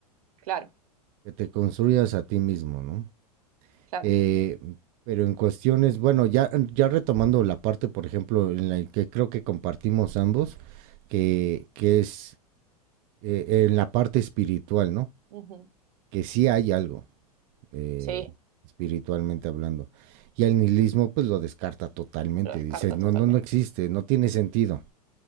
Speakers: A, on the right; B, on the right.
A: claro,
B: que te construyas a ti mismo, ¿no?
A: claro.
B: Eh, pero en cuestiones, bueno, ya, ya retomando la parte, por ejemplo, en la que creo que compartimos ambos, que, que es eh, en la parte espiritual, ¿no?
A: Ujú.
B: Que sí hay algo, eh,
A: Sí,
B: espiritualmente hablando. Y el nihilismo, pues lo descarta totalmente,
A: lo descarta
B: dice, no,
A: totalmente.
B: no, no existe, no tiene sentido.